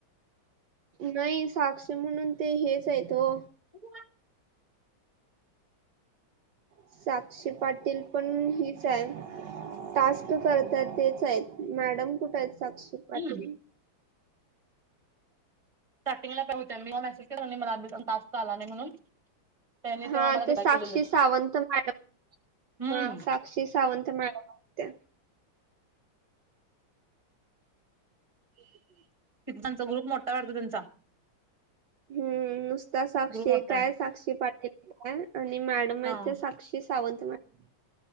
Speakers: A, on the right; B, on the right.
A: नाही साक्षी म्हणून ते हेच आहेत हो
B: ह
A: साक्षी पाटील पण हीच आहे टास्क करत तेच आहेत मॅडम कुठे आहेत साक्षी पाटील
B: हम्म
A: <inaudible>
B: स्टार्टिंगला काय होत्या मी हा मेसेज केला मला ताजत आला नाही म्हणून त्याने
A: हा
B: तेव्हा मला रिप्लाय
A: ते साक्षी
B: केलेलं
A: सावंत मॅडम
B: हम्म
A: हा साक्षी सावंत मॅडम त्या हम्
B: ि त्यांचा ग्रुप मोठा वाटतो त्यांचा
A: हम्म नुसता साक्षी
B: ग्रुप मोठा
A: काय
B: आहे
A: साक्षी पाटय आणि मड मा
B: हा
A: साक्ष सावंत मड